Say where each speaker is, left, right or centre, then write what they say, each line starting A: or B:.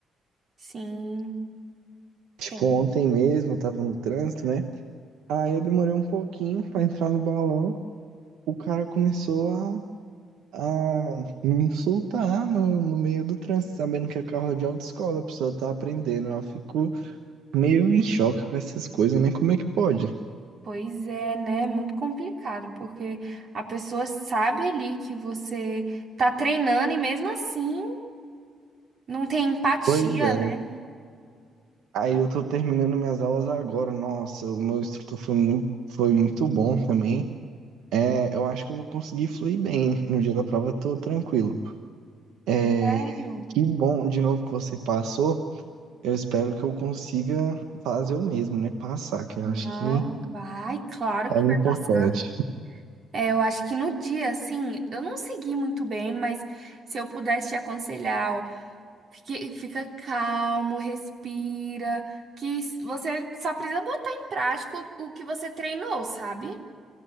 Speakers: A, on the right (about 50°); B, on the right (about 85°).
A: Sim,
B: Tipo,
A: tem.
B: ontem mesmo eu tava no trânsito, né? Aí eu demorei um pouquinho pra entrar no balão. O cara começou a, a me insultar no, no meio do trânsito, sabendo que é carro de autoescola, a pessoa tá aprendendo. Eu fico meio em choque com essas coisas, né? Como é que pode?
A: Pois é, né? Muito complicado, porque a pessoa sabe ali que você tá treinando e mesmo assim não tem empatia,
B: Pois é.
A: né?
B: Aí eu tô terminando minhas aulas agora. Nossa, o meu instrutor foi muito, foi muito bom também. É, eu acho que eu vou conseguir fluir bem. No dia da prova eu tô tranquilo. É,
A: Sério?
B: que bom de novo que você passou. Eu espero que eu consiga fazer o mesmo, né? Passar, que eu
A: Não,
B: acho que
A: vai, claro
B: é
A: que
B: o
A: vai
B: importante.
A: passar. É, eu acho que no dia, assim, eu não segui muito bem, mas se eu pudesse te aconselhar. Fique- Fica calmo, respira, que s- você só precisa botar em prática o o que você treinou, sabe?